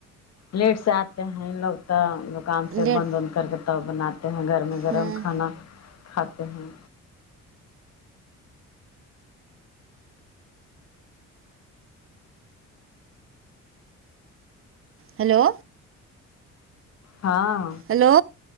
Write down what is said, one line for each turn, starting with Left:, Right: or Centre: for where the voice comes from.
Left: لیٹ سے آ یں لوگ تو دکان سے
Right: لیٹ
Left: بند اند کر کے تب بناات کھے ہیں گرم گرم
Right: ہاں
Left: کھانا کھاتے ہیں
Right: ہیلو
Left: ہاں
Right: ہیلو